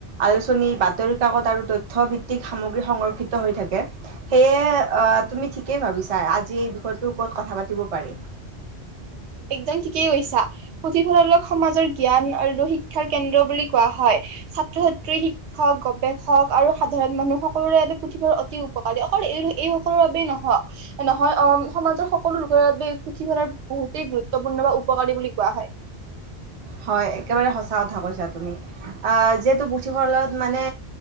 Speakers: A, on the right; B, on the right.
A: আলোচনী, বাতৰি কাকত আৰু তথ্য ভিত্তিক সামগ্ৰী সংৰক্ষিত হৈ থাকে সেয়ে অ তুমি ঠিকেই ভাবিছা আজি এই বিষয়টোৰ ওপৰত কথা পাতিব পাৰি
B: একদম ঠিকেই কৈছা পুথিভঁৰালক সমাজৰ জ্ঞান আৰু শিক্ষাৰ কেন্দ্ৰ বুলি কোৱা হয় ছাত্ৰ ছাত্ৰী শিক্ষক গৱেষক আৰু সাধাৰণ মানুহ সকলোৰে বাবে পুথিভঁৰালৰ অতি উপকাৰী অকল এই এই সকলৰ বাবেই নহক নহয় অ সমাজৰ সকলো লোকৰ বাবে পুথিভঁৰাল বহুত অতি গুৰুত্বপূৰ্ণ বা উপকাৰী বুলি কোৱা হয়
A: হয় একেবাৰে সঁচা কথা কৈছা তুমি আহ যিহেতু পুথিভঁৰালত মানে